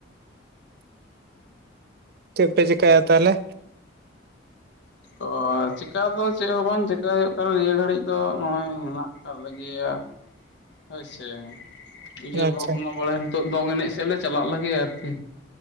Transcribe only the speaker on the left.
ᱚ ᱪᱮᱠᱟ ᱫᱚ ᱪᱮᱫ ᱦᱚᱸ ᱵᱟᱝ ᱪᱮᱠᱟ ᱦᱩᱭᱩᱜ ᱠᱟᱱᱟ ᱱᱤᱭᱟᱹ ᱜᱷᱟᱹᱲᱤᱡ ᱫᱚ ᱱᱚᱜ ᱚᱭ ᱦᱮᱱᱟᱜ <inaudible> ᱦᱚᱭᱥᱮ ᱩᱭᱦᱟᱹᱨ
ᱵᱷᱟᱵᱽᱱᱟ ᱵᱟᱲᱟᱭ ᱱᱤᱛᱚᱜ ᱫᱚᱝ ᱮᱱᱮᱡ ᱥᱮᱜ ᱞᱮ ᱪᱟᱞᱟᱜ ᱞᱟᱹᱜᱤᱫ ᱟᱨᱠᱤ